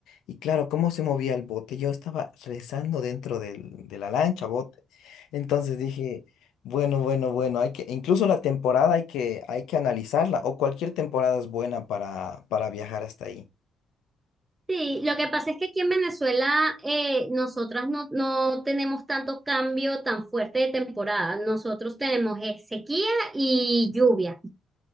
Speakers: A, on the left; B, on the right.
A: y claro, cómo se movía el bote. Yo estaba rezando dentro del- de la lancha, bote. Entonces dije, bueno, bueno, bueno, hay que, incluso la temporada hay que, hay que analizarla o cualquier temporada es buena para, para viajar hasta ahí.
B: Sí, lo que pasa es que aquí en Venezuela eh, nosotras no, no tenemos tanto cambio tan fuerte de temporada. Nosotros tenemos eh, sequía y lluvia.